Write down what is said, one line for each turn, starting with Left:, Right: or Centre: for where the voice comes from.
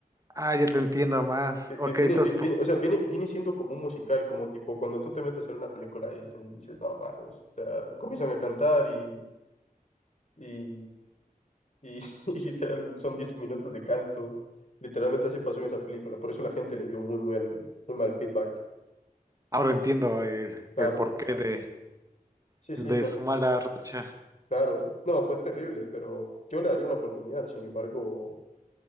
Right: Ah, ya te entiendo más.
Left: vi- vi-
Right: Ok,
Left: Viene,
Right: entonces
Left: vi- vi-
Right: po-
Left: o sea, viene, viene siendo como un musical, como tipo cuando tú te metes a ver una película de Disney y dices, no mames, o sea, comienzan a cantar y, y, y, <laughs> y literal son 10 minutos de canto. Literalmente así pasó en esa película, por eso la gente le dio muy, muy, al- muy mal feedback.
Right: ahora entiendo el,
Left: Claro,
Right: el porqué de,
Left: sí, sí,
Right: de
Left: no,
Right: su mala racha.
Left: claro, no, fue terrible, pero yo le daría una oportunidad, sin embargo,